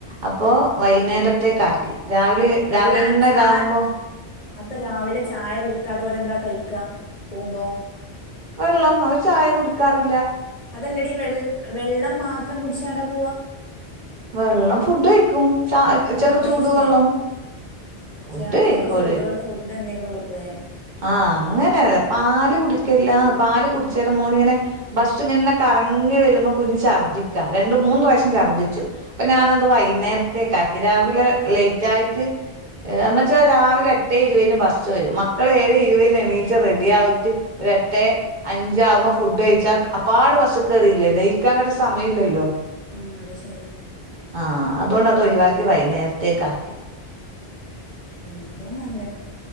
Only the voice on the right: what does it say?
അപ്പോ വൈന്നേരത്തേക്കാക്കി. രാവിലെ രാവിലെന്നെതാവുമ്പോ
വെള്ളം അവര് ചായ കുടിക്കാറി
വെള്ളം ഫുഡ്ഡയി ക്കും ച
ചെറുചൂട്
വെള്ളം ഫുഡ്ഡ്കഴിക്കോര്
ആ അങ്ങനെ പാല് കുടി ല്ലാന്ന് പാല് കുടിച്ചേരം മോന്ങ്ങനെ ബസ്സ്ങ്ങന്നെ കറങ്ങി വരുമ്പോ കുഞ്ഞ് ഛർദിക്ക രണ്ടും മൂന്ന് പ്രാവശ്യം ഛർദ്ദിച്ചു. അപ്പൊ ഞാനത് വൈന്നേരത്തേക്കാക്കി രാവിലെ ലൈറ്റായിറ്റ് എന്നച്ചാ രാവിലെ എട്ടേ ഇരുവേന് ബസ്സ് വെരും മക്കള് ഏഴേ ഇരുവേന് എണീച്ചാ റെഡി ആവ ഒരെട്ടേ
അഞ്ചാവുമ്പോ ഫുഡ്ഴിച്ചാൽ അപ്പാട് ബസ്ക്കറിയില്ലേ ദഹിക്കാൻ വേണ്ട്യ സമയില ല്ലോ
ആ അതോണ്ട് അതൊയിവാക്കി വൈന്നേരത്തേകാക്കി. <inaudible>